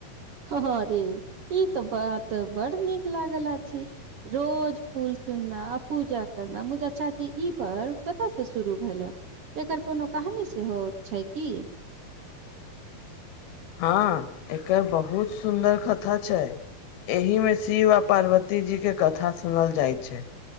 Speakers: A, on the right; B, on the left.
A: हँ रे ई तऽ बात बड़ नीक लागल आछि। रोज फूल चूनना आ पूजा करना मुदा अच्छा इ ई पर्व कतऽ से शुरू भेलक- एकर कोनो कहानी सेहो छै की-
B: हँ एकर बहुत सुन्दर कथा छै। एहि में शिव आ पार्वती जी के कथा सुनल जाय छै।